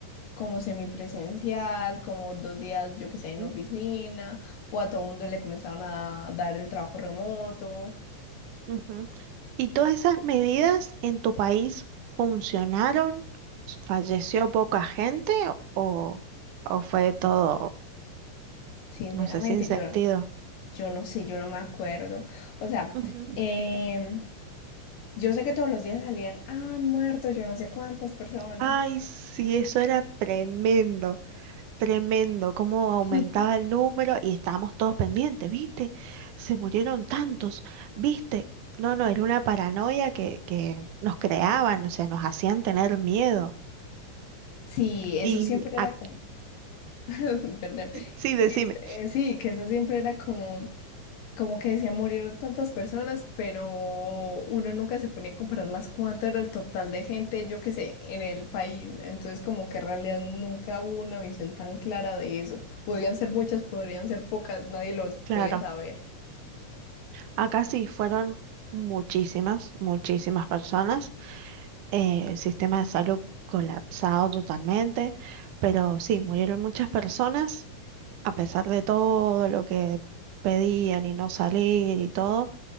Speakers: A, on the left (about 80°); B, on the right (about 75°).
A: como semipresencial, como dos días, yo que sé, en
B: ujú,
A: oficina, o a todo el mundo le comenzaron a dar el trabajo remoto.
B: ujú. ¿Y todas esas medidas en tu país funcionaron? ¿Falleció poca gente o, o fue todo,
A: Sinceramente,
B: no sé, sin sentido?
A: yo, no- yo no sé, yo no me acuerdo. O sea,
B: Ujú.
A: em, yo sé que todos los días salían, "Ah, han muerto yo no sé cuántas personas.
B: Ay, sí, eso era tremendo, tremendo, cómo aumentaba
A: <laughs>
B: el número y estábamos todos pendientes, ¿viste? Se murieron tantos, ¿viste? No, no, era una paranoia que, que nos creaban, o sea, nos hacían tener miedo.
A: Sí, eso
B: Y
A: siempre era
B: ac-
A: como, <laughs> perdón,
B: sí, decime,
A: eh, sí, que eso siempre era como... como que decía, murieron tantas personas, pero uno nunca se ponía a compararlas cuánto era el total de gente, yo qué sé, en el país. Entonces, como que en realidad nunca hubo una visión tan clara de eso. Podían ser muchas, podrían ser pocas, nadie los podía
B: claro.
A: saber.
B: Acá sí fueron muchísimas, muchísimas personas. Eh, el sistema de salud colapsado totalmente, pero sí, murieron muchas personas. A pesar de todo lo que pedían y no salir y todo,